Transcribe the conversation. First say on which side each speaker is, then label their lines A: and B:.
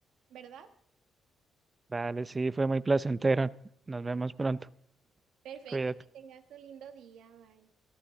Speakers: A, on the right (about 80°); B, on the right (about 25°).
A: ¿verdad?
B: Vale, sí, fue muy placentero. Nos vemos pronto.
A: Perfecto,
B: Cuídate.
A: que tengas un lindo día, bye.